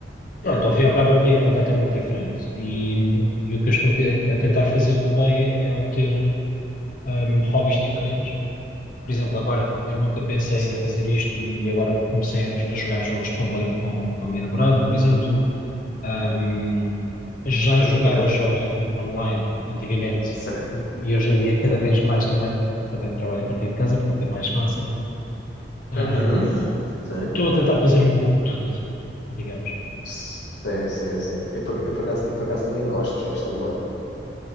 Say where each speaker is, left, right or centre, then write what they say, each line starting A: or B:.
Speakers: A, on the left; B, on the left.
A: pronto,
B: Yeah,
A: ao fim e ao cabo aqui é completamente diferente. E, e o que eu estou aqui a tentar fazer também é, é obter ahm, hobbies diferentes. Por exemplo, agora eu nunca pensei
B: sim.
A: em fazer isto e, e agora comecei a, a jogar jogos de tabuleiro com, com a minha namorada, por exemplo. Ahm, já
B: Por,
A: jogava
B: ac- por acaso,
A: jogos on- online antigamente
B: sim,
A: e hoje em dia cada vez mais também, porque também trabalho a partir de casa, portanto é mais fácil. Ahm,
B: Uhum, sim.
A: estou a tentar fazer um pouco de tudo, digamos.
B: sim, sim, sim. Eu por, eu por acaso, eu por acaso também gosto de jogos de tabuleiro.